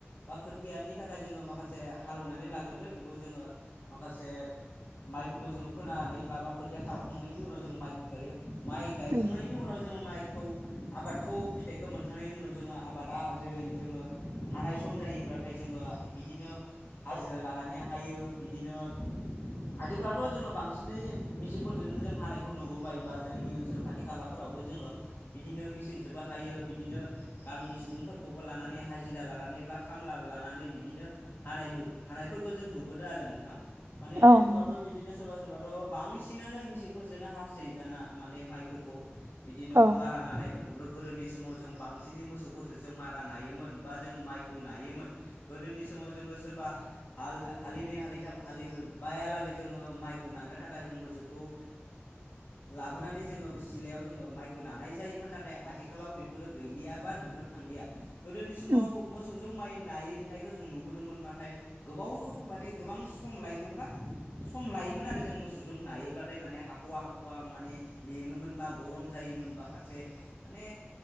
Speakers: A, on the left; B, on the right.
A: बा खोथियानि थाखाय जोङो माखासे हालौवनानै लागोरो बेखौ जोङो माखासे माइफोरखौ जोङो फोनानै माबा खोथिया खालामखांनायनि उनाव जोङो माइखौ गायो। माइ गायखांनायनि
B: उम
A: उनाव जोङो माइ खौ आबादखौ फिथाइखौ मोनखांनायनि उनाव जोङो आबादा जेरै जोङो हानाय सम जायो बब्लाथाय जोङो बिदिनो हाजिरा लानानै हायो बिदिनो आथिखालावथ' जोङो बांसिनै मेसिंफोरजोंनो जों हानायखौ नुबोबाय बा जोंनि ओनसोल खाथि खालाफोराव जोङो बिदिनो मिथिंजोबबो हायो बिदिनो गामिनि सुबुंफोरखौबो लानानै हाजिरा लानानै नै बा खामब्लालानानै बिदिनो हानाय हानायफोरखौ जों नुबोदों आरो नोंथां माने
B: औ
A: आथिखालावथ'
B: नोंथां
A: बिदिनो सोरबा सोरबा थ बांसिनानो मिसिंफोरजोंनो हासोै दाना माने माइफोरखौ बिदिनो
B: औ
A: मारा नानायफोर <unintelligible> गोदोनि समाव जों बांसिनै मोसौफोरजों जों मारा नायोमोन बा जोङो माइखौ नायोमोन गोदो नि समाव जोङो सोरबा हाल हालिनै हालिथाम हालि बायालागै जोङो माइखौ नानो थाखाय जों मोसौखौ ओ लाबोनानै जों ङो सिलायाव जोङो माइखौ नानाय जायोमोन नाथाय आथिखालाव बेफोरो गैलिया बा नुनो थांलिया। गोदोनि समाव
B: उम
A: मोसौजों माइ नायनायखौ जों नुबोदोंमोन नाथाय गोबाव माने गोबां सम लायोमोनबा सम लायोमोन आरो जों मोसौजों नायोब्लाथाय माने हाख'वा हाख'वा माने मेङोमोनबा गरम जायो मोन माखासे माने